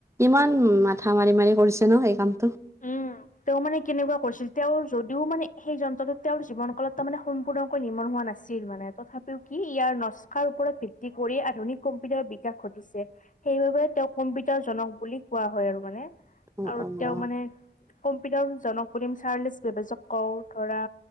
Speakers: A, on the right; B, on the left.
A: ইমান মাথা মাৰি মাৰি কৰিছে ন এই কামটো?
B: উম। তেওঁ মানে কেনেকুৱা কৰিছিল তেওঁ যদিও মানে সেই যন্ত্ৰটো তেওঁৰ জীৱন কালত তাৰ মে সম্পৰ্ণকৈ নিৰ্মণ হোৱা নাছিল মানে তথাপিও কি ইয়াৰ নস্কাৰ ওপৰত ভিত্তি কৰি আধুনিক কম্পিউটাৰ বিকাশ ঘটিছে। সেইবাবে তেওঁক কম্পিউটাৰ জনক বুলি কোৱা হয় আৰু মানে
A: অ',
B: আৰু
A: অ',
B: তেওঁ
A: অ',
B: মানে কম্পিউটাৰ জনক চাৰ্লেছ বেবেজক কওঁ ধৰা